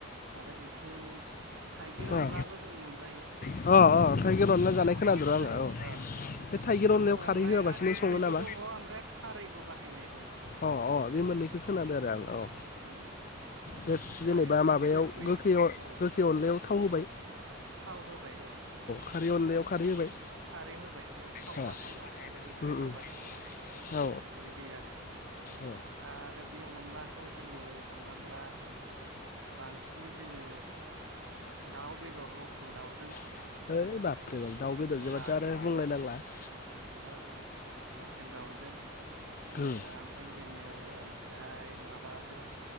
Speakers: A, on the right; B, on the left.
A: आरो बि <unintelligible> थाइगिर अनलाबो
B: ओ
A: जों मोनजायो।
B: अ थाइगिर अनला जानाय
A: अनलाबो
B: खोनादोंर' आङो
A: जायो
B: औ
A: ओ
B: बे थाइगिर
A: ओमफ्राय
B: अनलायाव खारै
A: अनलाया
B: होयालासिनो
A: गोखैबो
B: सङो नामा
A: दङ ओमफ्राय खारैबो बाहायनाय दं आरो
B: अ अ बे मोननैखौ खोनादो
A: उम
B: आरो आं औ
A: उम
B: बे जेनेबा
A: माने जोङो
B: माबायाव
A: गोखै
B: गोखैयाव
A: औ
B: गोखै अनलायाव थाव होबाय।
A: थाव होबाय औ
B: खारै अनलायाव खारै होबाय
A: खारै होबाय बेयाव थाव
B: हा
A: बाहायला आरो गोखैबो
B: उम उम
A: बाहायला
B: औ
A: बिदि आरो
B: ओ
A: आरो बे अनलाखौ जोङो हमनानै ला बांसिनै जोङो दाउ बेदर लखेल दाउजों
B: है बापरे बाप दाउ बेदरजोंबाथ'
A: बिराद
B: आरो
A: गोथाव
B: बुंलायनांला
A: जायो
B: <inaudible>
A: औ लकेल दाउजों
B: उम
A: ओमफ्राय जोङो फ्राय माबासो